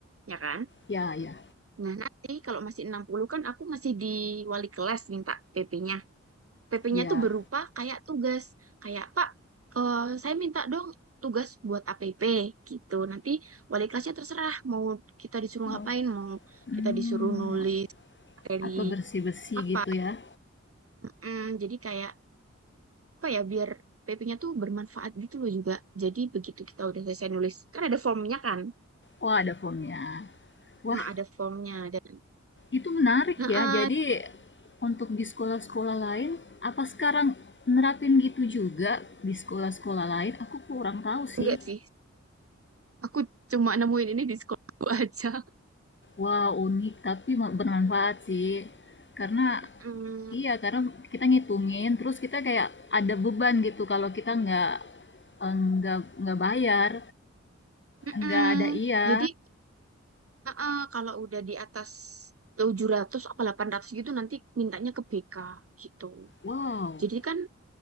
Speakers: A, on the right; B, on the left.
A: ya kan?
B: Ya, ya,
A: Nah, nanti kalau masih 60 kan aku masih di wali kelas minta PP-nya. PP-nya
B: ya.
A: tuh berupa kayak tugas, kayak Pak, eh, saya minta dong tugas buat APP gitu. Nanti wali kelasnya terserah mau kita disuruh ngapain,
B: Oh,
A: mau
B: Hmm,
A: kita disuruh nulis materi
B: atau bersih-bersih
A: apa
B: gitu ya.
A: mm, jadi kayak apa ya biar PP-nya tuh bermanfaat gitu loh juga jadi begitu kita udah selesai nulis kan ada formnya kan
B: Wah, ada formnya. Wah,
A: nah, ada formnya dan
B: itu menarik
A: Heeh,
B: ya. Jadi untuk di sekolah-sekolah lain, apa sekarang nerapin gitu juga di sekolah-sekolah lain? Aku kurang tahu
A: enggak
B: sih.
A: sih aku cuma nemuin ini di sekolahku <laughs> aja
B: Wah, unik tapi me bermanfaat sih. Karena
A: Mm,
B: iya, karena kita ngitungin, terus kita kayak ada beban gitu kalau kita nggak, eee, nggak nggak bayar,
A: mm-mm.
B: nggak ada iya.
A: jadi heeh, kalau udah di atas 700 atau 800 gitu nanti mintanya ke BK gitu
B: Wow,
A: jadi kan